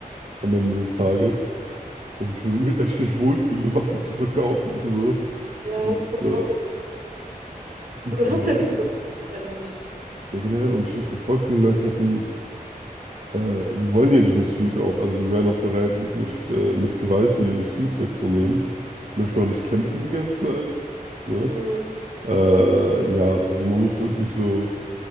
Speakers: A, on the right; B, on the right.
A: am Ende des Tages. Und ich würde mich echt nicht wohlfühlen, eine Waffe zu verkaufen. <laughs> So.
B: Ja,
A: Und,
B: das kommt
A: äh,
B: auch dazu.
A: und
B: Und du
A: generell,
B: hast ja nichts davon, letztendlich.
A: ja, generell, und sch- voll viele Leute hätten, äh, wir wollen ja diesen Suit auch. Also die wären auch bereit, wirklich äh, mit Gewalt dir diesen Suit wegzunehmen. Ich möchte auch nicht kämpfen die ganze Zeit. Ne?
B: Mhm.
A: Äh, ja, also man muss wirklich so.